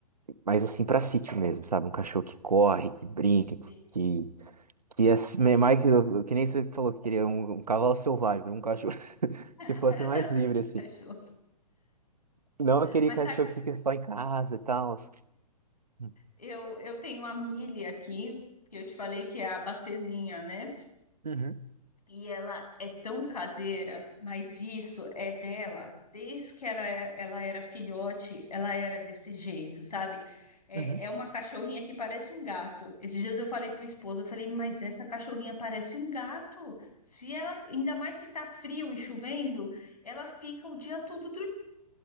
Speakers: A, on the right (about 70°); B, on the left (about 75°).
A: mais assim, pra sítio mesmo, sabe? Um cachorro que corre, que brinca,
B: Sim.
A: que, que é assim- é mais que, que nem você falou que queria um, um cavalo selvagem, um cachorro <laughs>
B: <laughs>
A: que fosse mais livre, assim.
B: Cachorros.
A: Não aquele
B: Mas
A: cachorro
B: sabe,
A: que fica só em casa e tal. <laughs>
B: eu, eu tenho a Millie aqui, que eu te falei que é a bacezinha, né?
A: Uhum,
B: E ela é tão caseira, mas isso é dela. Desde que era, ela era filhote, ela era desse jeito, sabe? É,
A: uhum.
B: é uma cachorrinha que parece um gato. Esses dias eu falei pro esposo, eu falei, mas essa cachorrinha parece um gato. Se ela, ainda mais se tá frio e chovendo, ela fica o dia todo